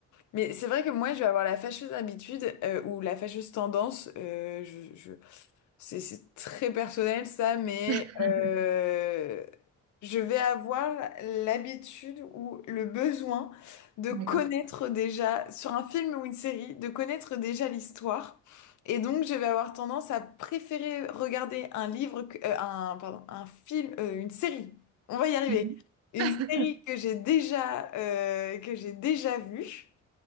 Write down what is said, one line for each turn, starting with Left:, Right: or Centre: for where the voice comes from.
Left: Mais c'est vrai que moi, je vais avoir la fâcheuse habitude euh, ou la fâcheuse tendance, euh, je, je c'est c'est très personnel ça, mais
Right: <laughs>
Left: euh, je vais avoir l'habitude ou le besoin de
Right: D'accord.
Left: connaître déjà, sur un film ou une série, de connaître déjà l'histoire. Et donc, je vais avoir tendance à préférer regarder un livre, que- euh, un, pardon, un film, euh, une série. On va y arriver.
Right: Mhm.
Left: Une
Right: <laughs>
Left: série que j'ai déjà, euh, que j'ai déjà vue